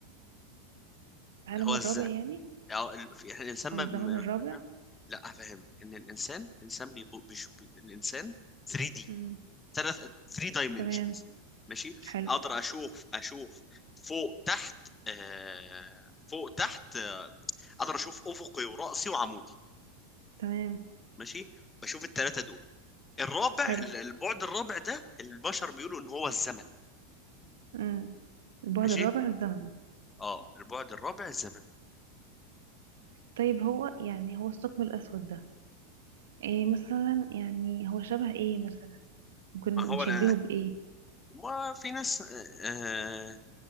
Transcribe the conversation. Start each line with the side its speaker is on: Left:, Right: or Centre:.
Right: العالم
Left: اللي هو الذات
Right: الرابع يعني
Left: اه ال- في- يعني الانسان ما
Right: او الزمن
Left: ما-
Right: الرابع
Left: لا افهمك ان الانسان الانسان بيبو- بيشوف الانسان 3D
Right: امم
Left: ثلاث 3 دايمنشنز
Right: تمام
Left: ماشي
Right: حلو
Left: اقدر اشوف اشوف فوق تحت آه فوق تحت آه اقدر اشوف افقي وراسي وعمودي
Right: تمام
Left: ماشي بشوف الثلاثه دول الرابع
Right: حلو
Left: ال- البعد الرابع ده البشر بيقولوا ان هو الزمن
Right: امم البعد
Left: ماشي
Right: الرابع الزمن
Left: اه البعد الرابع الزمن
Right: طيب هو يعني هو الثقب الأسود ده ايه مثلا يعني هو شبه ايه مثلا ممكن نشبهه
Left: ما هو انا
Right: بإيه
Left: ما في ناس آه